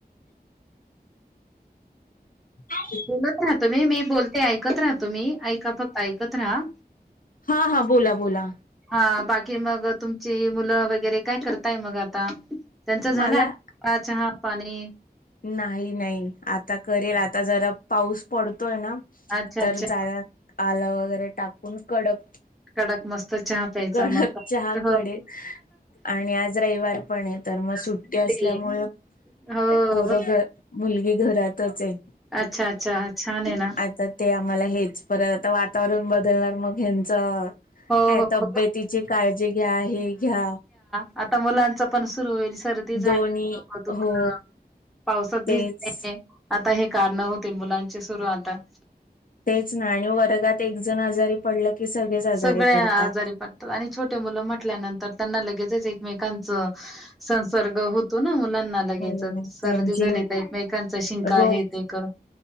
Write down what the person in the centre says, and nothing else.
बोलत राहा तुम्ही मी बोलते ऐकत राह, तुम्ही ऐका फक्त ऐक एकत रहा
हा बाकी मग तुमची मुलं वगैरे काय करताय मग आता? त्यांचा झाला,
पा चहा पाणी
अच्छा,
अच्छा.
कडक मस्त चहा प्यायचा
मग काय
हो.
मस्त
ते हो-
हो
अच्छा, अच्छा, छान आहे ना?
हो,
हो, हो.
आता, मुलांच पण सुरू होईल सर भिजायला
नको, दुखणं
पावसात भिजने
आता हे, कारणं होतील मुलांचे सुरू आता
सगळे
आजारी पडतात आणि छोटे मुलं म्हटल्यानंतर, त्यांना लगेच एकमेक कनच संसर्ग होतो ना मुला- <unintelligible> लगेचच
सर्दी
झाली तर, एकमेकांचा शिंका
हे ते कर-